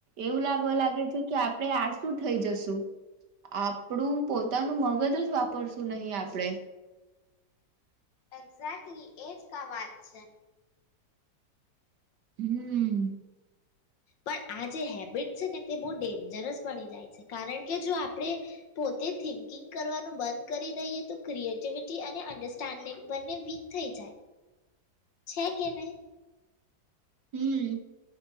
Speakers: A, on the right; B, on the left.
A: એવું લાગવા લાગે છે કે આપડણે આ શું થઈ, જશુ આપડું પોતાનું મગજ જ વાપરશું નહી આપડે.
B: એક્ઝેક્ટલી એજ કા વાત છે.
A: હમ.
B: પણ આ જે હેબિટ છે ને તે બહુ ડેન્જર જ બની જાય છે કારણ કે જો આપણે, પોતે થિન્કિંગ કરવાનું બંધ કરી દઈએ તો ક્રિએટિવિટી અને અન્ડરસ્ટેન્ડિંગ બંને વીક થઈ જાય, છે કે નહી.
A: હમ.